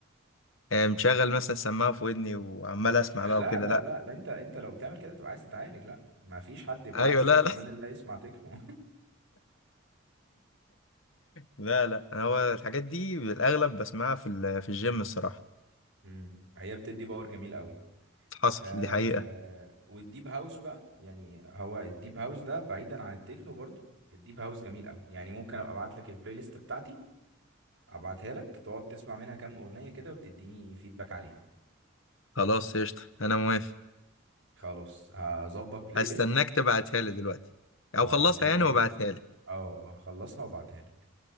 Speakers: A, on the left; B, on the right.
A: آه، مشغل مثلا سماعه في ودني وعمال اسمع
B: لا
A: بقى وكده
B: لا
A: لا
B: لا لا انت انت لو بتعمل كده تبقى عايز تتعالج لا ما فيش حد يبقى
A: ايوه
B: قاعد كده
A: لا
B: في
A: لا
B: امان الله يسمع تكنو <laughs>
A: لا لا أنا هو الحاجات دي بالاغلب بسمعها في ال- في الجيم الصراحه
B: مم. هي بتدي باور جميل قوي
A: حصل
B: آه
A: دي حقيقه
B: والديب هاوس بقى يعني هو الديب هاوس ده بعيدا عن التكنو برضو الديب هاوس جميل قوي يعني ممكن ابقى ابعت لك البلاي ليست بتاعتي ابعتها لك تقعد تسمع منها كام اغنية كده وتديني فيدباك عليها
A: خلاص قشطه انا موافق
B: خلاص هظبط بلاي
A: هستناك
B: ليست
A: تبعتها لي دلوقتي او
B: وابعتها
A: خلصها يعني
B: لك
A: وابعتها
B: دلوقتي
A: لي
B: اه هخلصها وابعتها لك